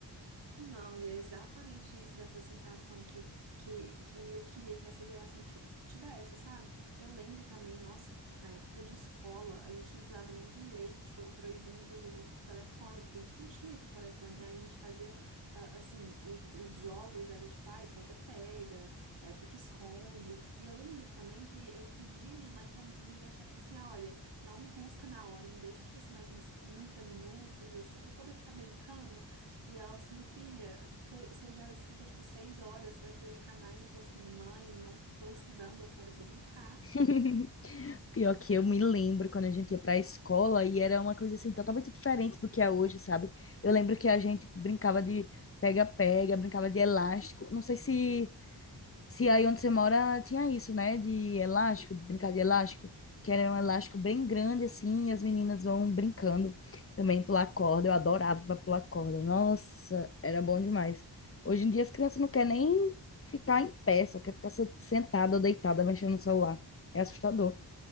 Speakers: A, on the right (about 90°); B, on the left (about 30°).
A: Não, e é exatamente isso, essa sensação que, que, que eu queria que essa geração ti- tivesse, sabe? Eu lembro também, nossa, na época de escola, a gente não precisava nem de lei, tipo, proibindo o telefone, porque a gente não tinha esse telefone, né? A gente fazia, ah, assim, os, os jogos era tipo, ai, pega-pega, é, pique-esconde. E eu lembro também que eu pedi a minha mãe pra me deixar, tipo assim, ah, olha, não me busca na hora, me deixa, tipo assim, mais uns 30 minutos, assim, pra eu poder ficar brincando. E ela assim, minha filha, você já estuda tipo seis horas, você vai querer ficar mais? Eu falo assim, mãe, não tô estudando, eu quero brincar.
B: <laughs> Pior que eu me lembro quando a gente ia pra escola e era uma coisa assim totalmente diferente do que é hoje, sabe? Eu lembro que a gente brincava de pega-pega, brincava de elástico. Não sei se Se aí onde você mora tinha isso, né? De elástico, brincar de elástico, que era um elástico bem grande assim, e as meninas vão brincando também pular corda. Eu adorava pular corda. Nossa, era bom demais. Hoje em dia as crianças não querem nem ficar em pé, só quer ficar se- sentada ou deitada mexendo no celular. É assustador.